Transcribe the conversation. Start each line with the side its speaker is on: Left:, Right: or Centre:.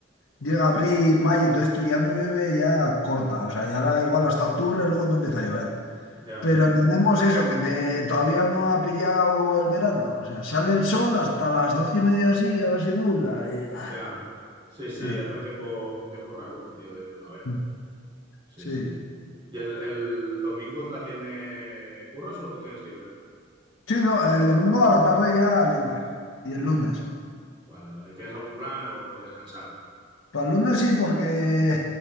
Left: llega abril, mayo y todo esto, ya no llueve, ya corta. O sea, ya ahora igual hasta octubre, luego no empieza a llover.
Right: ya.
Left: Pero tenemos eso, que te- todavía no ha pillado el verano. O sea, sale el sol hasta las doce y media así y ahora se nubla. y, ah.
Right: Ya. Sí, sí,
Left: ah,
Right: hace un tiempo, un tiempo raro uno, tío, de primavera.
Left: mm,
Right: Sí,
Left: Sí,
Right: sí. ¿Y el, el domingo también eh, curras o lo tienes libre?
Left: Sí, no, el domingo a la tarde ya libre. Y el
Right: Vale,
Left: lunes.
Right: vale, vale, vale. ¿Y tienes algún plan o descansar?
Left: Para el lunes sí, porque